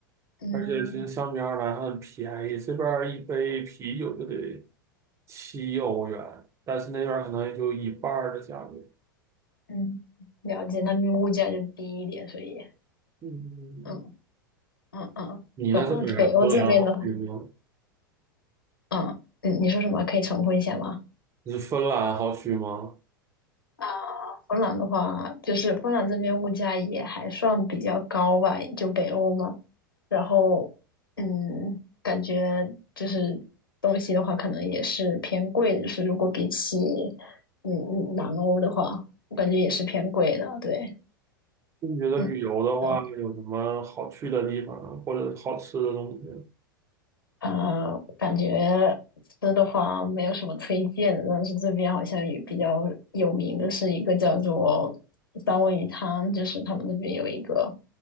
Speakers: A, on the left; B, on the right.
A: 嗯。
B: 而且其实相比而来还很便宜，这边儿一杯啤酒就得七欧元，但是那边儿可能也就一半儿的价格。
A: 嗯，了解，那边物价就低一点，所以，
B: 嗯，
A: 嗯嗯嗯，
B: 你那是哪儿？
A: 懂了。北欧这边的话，
B: 芬兰好去吗？
A: 嗯，嗯，你说什么？可以重复一下吗？
B: 你是芬兰好去吗？
A: 啊，芬兰的话，就是芬兰这边物价也还算比较高吧，就北欧嘛。然后，嗯，感觉就是东西的话，可能也是偏贵的，就是如果比起嗯嗯南欧的话，我感觉也是偏贵的，对，
B: 你觉得旅游的话，
A: 嗯。懂。
B: 有什么好去的地方，或者好吃的东西？
A: 呃，感觉吃的话没有什么推荐的，但是这边好像也比较有名的是一个叫做三文鱼汤，就是他们这边有一个，